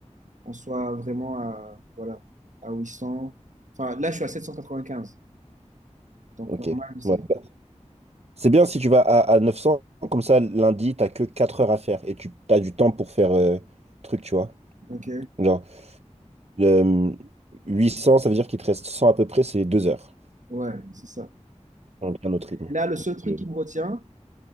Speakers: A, on the right; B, on the right.
A: on soit vraiment à, voilà, à 800. Enfin, là, je suis à 795. Donc,
B: Ok,
A: normal, c'est...
B: ouais, bah, C'est bien si tu vas à, à 900 comme ça lundi, t'as que 4 heures à faire et tu as du temps pour faire euh, truc, tu vois.
A: Ok,
B: Genre, euh, 800, ça veut dire qu'il te reste 100 à peu près, c'est 2 heures.
A: ouais, c'est ça.
B: On a un autre rythme.
A: Là, le seul truc
B: que-
A: qui me retient,